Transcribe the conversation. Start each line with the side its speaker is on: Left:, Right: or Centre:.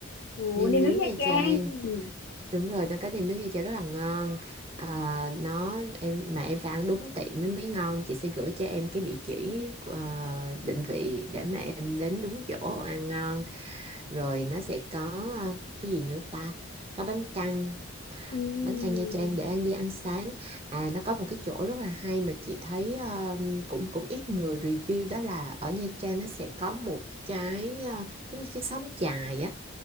Left: Ồ,
Right: nem
Left: nem
Right: nướng
Left: nướng Nha
Right: Nha
Left: Trang.
Right: Trang
Left: Ừ.
Right: đúng rồi nó có nem nướng Nha Trang rất là ngon Ờ, nó em mà em phải ăn đúng tiệm nó mới ngon chị sẽ gửi cho em cái địa chỉ ờ, định vị để mà em đến đúng chỗ ăn ngon rồi nó sẽ có ờ, cái gì nữa ta có bánh căn
Left: Ừm.
Right: bánh căn Nha Trang để em đi ăn sáng à nó có một cái chỗ rất là hay mà chị thấy ờ, cũng cũng ít người review đó là ở Nha Trang nó sẽ có một cái ờ, giống như cái xóm chài á